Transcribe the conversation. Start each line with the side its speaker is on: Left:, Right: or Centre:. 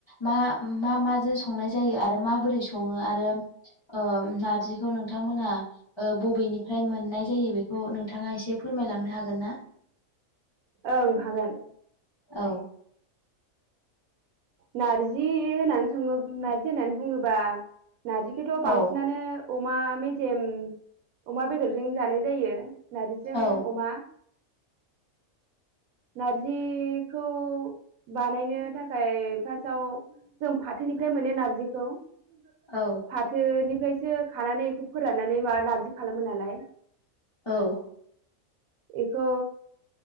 Left: मा मा माजों संनाय जायो आरो माबोरै सङो आरो ओ नारजिखौ नोंथांमोना ओ बबेनिफ्राय मोननाय जायो बेखौ नोंथाङा एसे फोरमायलांनो हागोनना
Right: ओं हागोन
Left: औ
Right: नार जि होननानै सङो नार्जि होननानै बुङोब्ला नार्जिखोथ बांसिनानो
Left: औ
Right: अमा मेजेम अमा बेदरजों जानाय जायो नारजिजों
Left: औ
Right: अमा नारजिखौ बानायनो थाखाय फासाव जों फाथोनिफ्राय मोनो नारजिखौ फा
Left: औ
Right: फाथोनिफ्रायसो खानानै बेखौ फोराननानै माबा नारजि खालामो नालाय
Left: औ
Right: इखौ